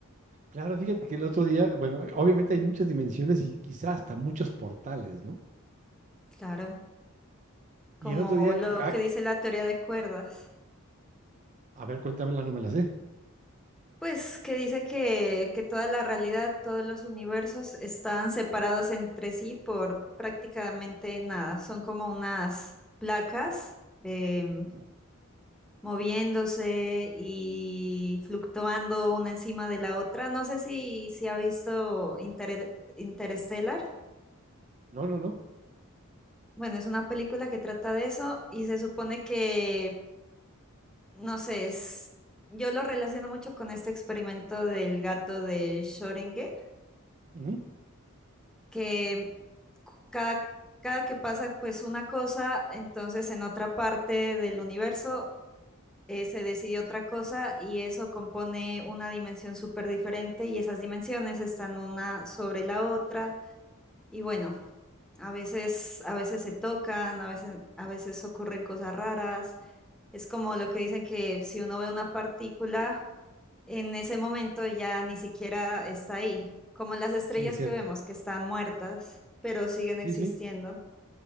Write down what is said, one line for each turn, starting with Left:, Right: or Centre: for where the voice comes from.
Right: Claro, fíjate que el otro día, bueno, obviamente hay muchas dimensiones y quizás hasta muchos portales, ¿no?
Centre: Claro,
Right: Y
Centre: como
Right: el otro día,
Centre: lo
Right: ah,
Centre: que dice la teoría de cuerdas,
Right: a ver, cuéntamela, no me la sé.
Centre: pues que dice que, que toda la realidad, todos los universos están separados entre sí por prácticamente nada. Son como unas placas. em,
Right: Ujú.
Centre: moviéndose y fluctuando una encima de la otra. No sé si, si ha visto Interel- Interstellar.
Right: No, no, no.
Centre: Bueno, es una película que trata de eso y se supone que, no sé, es- yo lo relaciono mucho con este experimento del gato de Schrödinger,
Right: Ujú.
Centre: que cada, cada que pasa pues una cosa, entonces en otra parte del universo eh, se decidió otra cosa y eso compone una dimensión súper diferente y esas dimensiones están una sobre la otra y bueno, a veces, a veces se tocan, a veces, a veces ocurren cosas raras. Es como lo que dicen que si uno ve una partícula, en ese momento ya ni siquiera está ahí, como las estrellas
Right: Sí, es cierto.
Centre: que vemos que están muertas, pero siguen existiendo.
Right: Sí, sí.